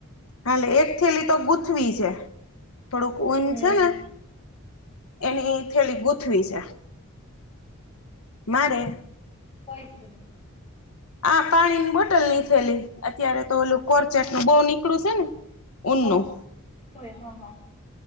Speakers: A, on the left; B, on the left.
A: હાલે એક થેલી તો ગુથવી છે થોડુંક ઊન
B: હમ
A: છે, ને એની એક થેલી ગુથવી છે, મારે.
B: કઈછ.
A: આ પાણીની બોટલ ની થેલી. અત્યારે તો ઓેલું કોરચેટ નું બહ નીકળું છે ને ઊનું.
B: હા કોઈ હા હા